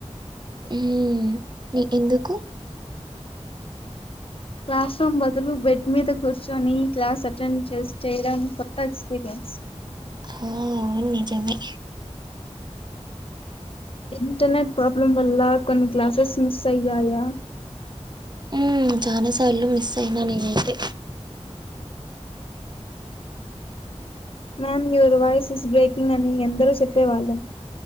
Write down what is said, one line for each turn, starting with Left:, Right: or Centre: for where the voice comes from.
Right: హ్మ్ ఎందుకు
Left: క్లాస్ రూమ్ బదులు బెడ్ మీద కూర్చొని క్లాస్ అటెండ్ చే చేయడం కొత్త ఎక్స్పీరియన్స్
Right: ఆ అవును నిజమే
Left: ఇంటర్నెట్ ప్రాబ్లం వల్ల కొన్ని క్లాసెస్ మిస్ అయ్యాయా
Right: హ్మ్ చాలా సార్లు మిస్ అయినా నేనైతే
Left: ma'am your voice is breaking అని ఎందరో చెప్పేవాళ్ళం